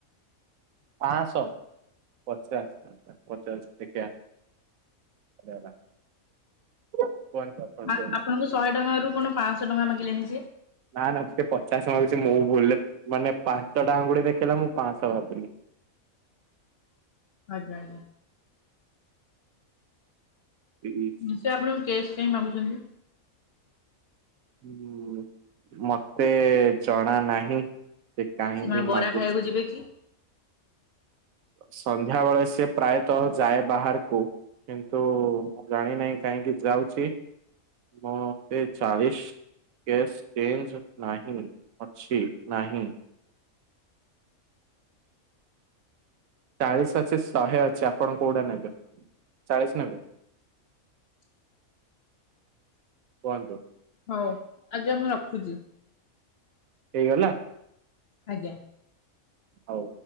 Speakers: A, on the right (about 75°); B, on the left (about 60°).
A: ପାଁଶହ ପଚାଶ ପଚାଶ <unintelligible> <unintelligible>
B: ଆ
A: କୁହନ୍ତୁ।
B: ଆପଣଙ୍କୁ ଶହେ ଟଙ୍କା ରୁ କଣ ପାଁଶହ ଟଙ୍କା ମାଗିଲେଣିି ସେ।
A: ନା ନା ସିଏ ପଚାଶ ମାଗୁଚି ମୁଁ ଭୁଲ୍ ରେ ମାନେ ପାଞ୍ଚଟା ଆଙ୍ଗୁଳି ଦେଖେଇଲା ମୁଁ ପାଁଶହ ଭାବିଲି।
B: ଆଜ୍ଞା ଆଜ୍ଞା।
A: ହୁଁ
B: ସେ ଆପଣଙ୍କୁ କେସ୍ କାହିଁ ମାଗୁଛନ୍ତି?
A: <unintelligible> ମତେ ଜଣାନାହିଁ। ସେ କାହିଁକି
B: ସେ କଣ ବରା
A: ମାଗୁଛି।
B: ଖାଇବାକୁ ଯିବେ କି?
A: ସନ୍ଧ୍ୟାବେଳେ ସେ ପ୍ରାୟତଃ ଯାଏ ବାହାରକୁ। କିନ୍ତୁ ଜାଣିିନାହିଁ କାହିଁକି ଯାଉଚି। ମତେ ଚାଳିଶି କେସ୍ ଚେଞ୍ଜ ନାହିଁ ଅଛି ନାହିଁ। ଚାଳିଶି ଅଛି ଶହେ ଅଛି ଆପଣ କୋଉଟା ନେବେ ଚାଳିଶି ନେବେ?
B: <inaudible>
A: କୁହନ୍ତୁ।
B: ହଉ ଆଜ୍ଞା ମୁଁ ରଖୁଚି।
A: ହେଇଗଲା।
B: ଆଜ୍ଞା।
A: ହଉ।